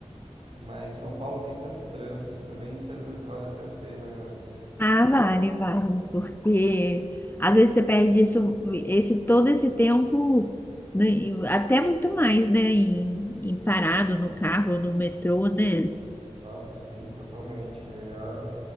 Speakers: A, on the right; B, on the left.
A: Mas São Paulo tem tanto trânsito também que às vezes vale até a pena.
B: Ah, vale, vale, porque às vezes você perde isso, esse, todo esse tempo, né, e até muito mais, né? Em, em parado no carro, no metrô, né?
A: Nossa, sim, totalmente. É Melhor,